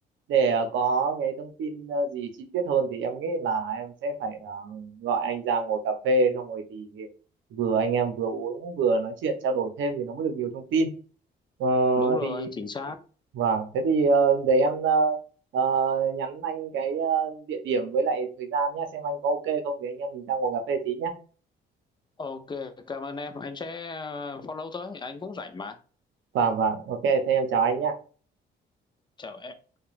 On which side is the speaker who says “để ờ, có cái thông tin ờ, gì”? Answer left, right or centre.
Right